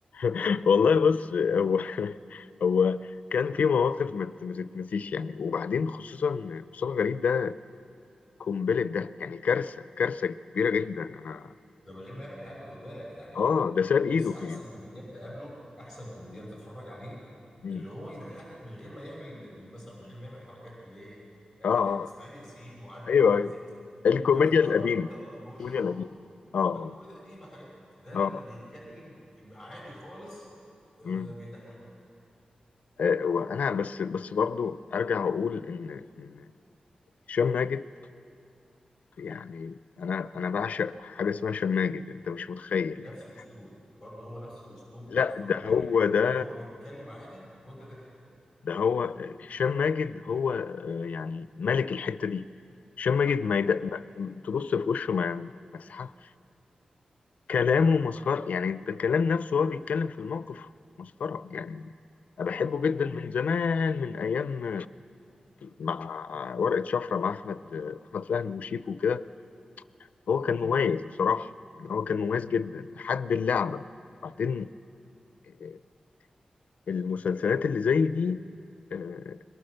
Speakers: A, on the left; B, in the centre.
A: <laughs> والله بص هو <laughs> هو كان في مواقف ما ت- ما تتنسيش يعني وبعدين خصوصا مصطفى غريب ده قنبلة ده يعني كارثة كارثة كبيرة جدا أنا
B: ده من غير ما يعمل حاجه خد بالك يعني
A: آه
B: آه،
A: ده ساب إيده
B: بص احسن
A: في
B: كوميديان تقابله احسن كوميديان تتفرج عليه
A: مم.
B: اللي هو يضحكك من غير ما يعمل من مثلا من غير ما يعمل حركات ليه يعني
A: آه آه
B: فاكر انت اسماعيل ياسين وعادل
A: أيوه
B: امام والناس
A: أيوه
B: دي
A: الكوميديا
B: كانوا بيعملوا حركات
A: القديمة
B: آه، بوشهم
A: الكوميديا القديمة آه آه
B: قال له كوميديا قديمه حاجات ده لما
A: آه
B: بيتكلم عادي خالص آه،
A: مم.
B: بيضحكك
A: آه، وانا بس بس برضو ارجع اقول ان ان هشام ماجد يعني انا انا بعشق حاجه اسمها هشام ماجد انت مش متخيل
B: نفس
A: يعني
B: الاسلوب برضه هو نفس اسلوب
A: لا
B: مصطفى
A: ده
B: غريب
A: هو ده
B: برضه اللي هو بيتكلم عادي وانت تضحك
A: ده هو آه، هشام ماجد هو آه، يعني ملك الحته دي هشام ماجد ما, يد...
B: مم.
A: ما تبص في وشه ما ما تسحبش كلامه مسخره يعني انت الكلام نفسه هو بيتكلم في الموقف مسخره يعني انا بحبه جدا
B: ايوه
A: من زمان من ايام مع
B: مم.
A: ورقة شفرة مع أحمد أحمد فهمي وشيكو وكده هو
B: ايوه
A: كان مميز بصراحة يعني هو كان مميز جدا لحد اللعبة بعدين آه، المسلسلات اللي زي دي آه،